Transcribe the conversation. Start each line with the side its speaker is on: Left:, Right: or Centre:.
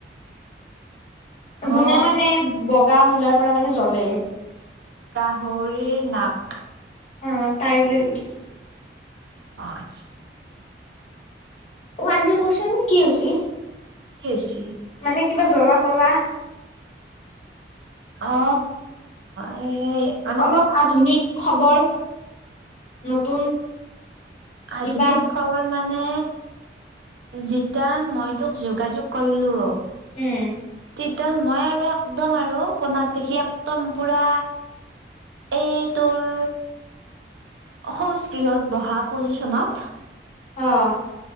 Left: যোনে
Right: অ
Left: মানে বগা মূলাৰ পৰা মানে জ্বলে।
Right: গাহৰিৰ নাক
Left: উম তাই বুলি বুলি
Right: পাঁচ
Left: অ আজি কচোন কি হৈছি?
Right: কি হৈছি?
Left: মানে কিবা জ্বলা তলা।
Right: অ সেই সেই সে
Left: অলপ আধুনিক খবৰ নতুন।
Right: আধুনিক
Left: কিবা
Right: খবৰ মানে জিতান মই তোক যোগাযোগ কৰলো
Left: উম।
Right: কীৰ্তন মই আৰু একদম আৰু কণাত দেখি একদম পুৰা এই তোৰ শৌচ গৃহত বহা পজিশনত
Left: অঁ।